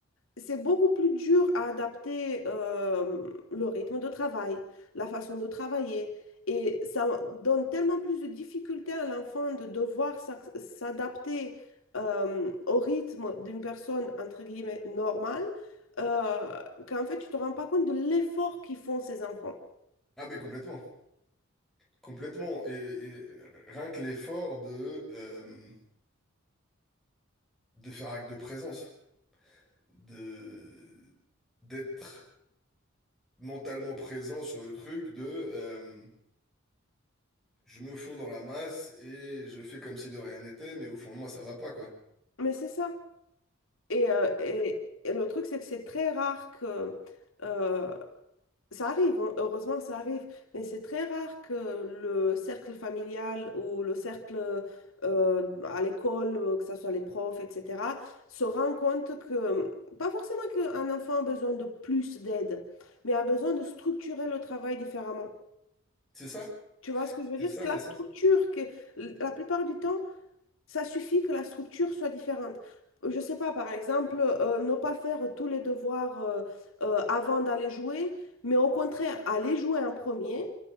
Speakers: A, on the left; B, in the centre.
A: c'est beaucoup plus dur à adapter euh, le rythme de travail, la façon de travailler. Et ça donne tellement plus de difficultés à l'enfant de devoir s'ac- s'adapter euh, au rythme d'une personne, entre guillemets, normale, euh, qu'en fait, tu te rends pas compte de l'effort qu'ils font ces enfants.
B: Ah mais complètement, complètement. Et, et rien que l'effort de euh, de faire acte de présence, de d'être mentalement présent sur le truc, de euh, je me fonds dans la masse et je fais comme si de rien n'était, mais au fond de moi ça va pas quoi.
A: Mais c'est ça. Et, euh, et, et le truc, c'est que c'est très rare que euh, Ça arrive, hein, heureusement, ça arrive, mais c'est très rare que le cercle familial ou le cercle euh, à l'école, euh, que ce soit les profs, etc., se rend compte que, pas forcément qu'un enfant a besoin de plus d'aide, mais a besoin de structurer le travail différemment.
B: C'est ça,
A: Tu vois ce que je veux
B: c'est
A: dire?
B: ça,
A: C'est
B: c'est
A: la
B: ça.
A: structure que, l- la plupart du temps, ça suffit que la structure soit différente. Je sais pas, par exemple, euh, ne pas faire tous les devoirs euh, euh, avant d'aller jouer, mais au contraire, aller jouer en premier,